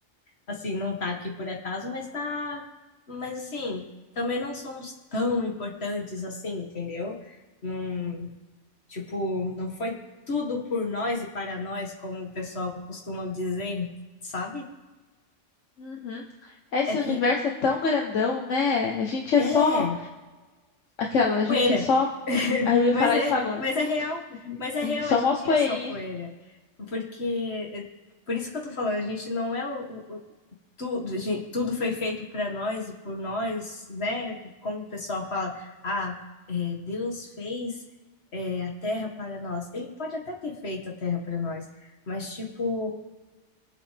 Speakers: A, on the left; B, on the left.
A: assim, não tá aqui por acaso, mas tá. Mas, assim, também não somos tão importantes assim, entendeu? Não, tipo, não foi tudo por nós e para nós, como o pessoal costuma dizer, sabe?
B: Uhum. Esse
A: É que.
B: universo é tão grandão, né? A gente é
A: É,
B: só aquela, a gente
A: poeira.
B: é só.
A: <laughs>
B: Ah, eu ia
A: Mas
B: falar
A: é,
B: isso agora.
A: mas é real.
B: A gente
A: Mas é
B: a
A: real,
B: gente é só
A: a gente
B: uma poeirinha.
A: é só poeira. Porque. Por isso que eu tô falando, a gente não é o, tudo, gente, tudo foi feito para nós e por nós, né? Como o pessoal fala, ah, é, Deus fez é, a terra para nós. Ele pode até ter feito a terra para nós, mas tipo,